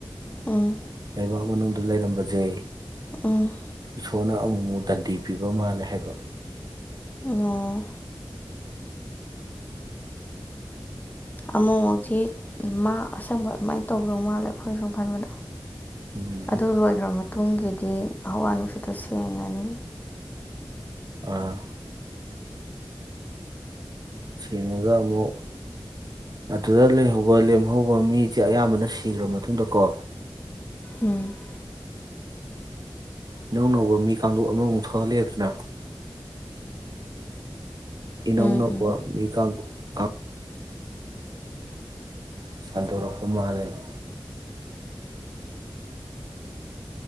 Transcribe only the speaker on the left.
ꯎꯝ
ꯎꯝ
ꯑꯣ ꯑꯃꯨꯛꯤ ꯃꯥ ꯑꯁꯪꯕ ꯑꯗꯨꯃꯥꯏꯅ ꯇꯧꯗꯧ ꯃꯥꯜꯂꯦ ꯑꯩꯈꯣꯏꯅ ꯁꯨꯝ ꯈꯟꯕꯗꯣ
ꯑꯗꯨ ꯂꯣꯏꯈ꯭ꯔ ꯃꯇꯨꯡ ꯇꯨꯡꯒꯤꯗꯤ ꯍꯋꯥ ꯅꯨꯡꯁꯤꯠꯇꯣ ꯁꯦꯡꯉꯅꯤ
ꯎꯝ
ꯎꯝ
ꯎꯝ